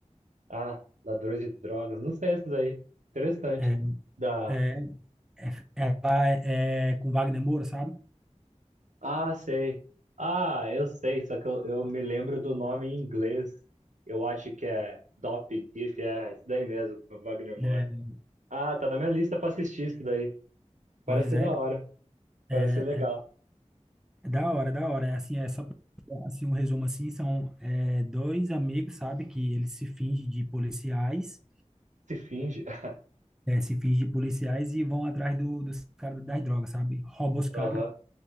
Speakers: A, on the right (about 85°); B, in the centre.
A: Ah, ladrões de drogas. Não sei essas aí. Interessante.
B: É,
A: Da.
B: é, é, ela é, é com Wagner Moura, sabe?
A: Ah, sei. Ah, eu sei, só que eu, eu me lembro do nome em inglês. Eu acho que é Dope Thief, é isso daí mesmo, do Wagner
B: É,
A: Moura. Ah, tá na minha lista pra assistir isso daí. Parece
B: pois
A: ser
B: é,
A: da hora. Parece
B: é,
A: ser legal.
B: é é da hora, é da hora. É assim, é só pra, assim, um resumo assim, são é, dois amigos, sabe, que eles se fingem de policiais.
A: Se finge. <laughs>
B: é, se finge de policiais e vão atrás do, dos caras das drogas, sabe? Rouba os caras,
A: Aham,